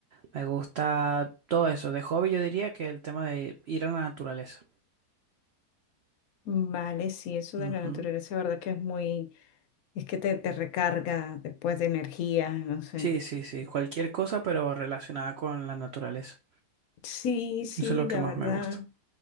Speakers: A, on the right; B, on the left.
A: Me gusta todo eso. De hobby yo diría que el tema de ir a la naturaleza.
B: vale, sí, eso
A: Ujú.
B: de la naturaleza, la verdad que es muy, es que te, te recarga después de energía, no sé.
A: Sí, sí, sí. Cualquier cosa, pero relacionada con la naturaleza.
B: Sí, sí,
A: Eso es lo que
B: la
A: más
B: verdad.
A: me gusta.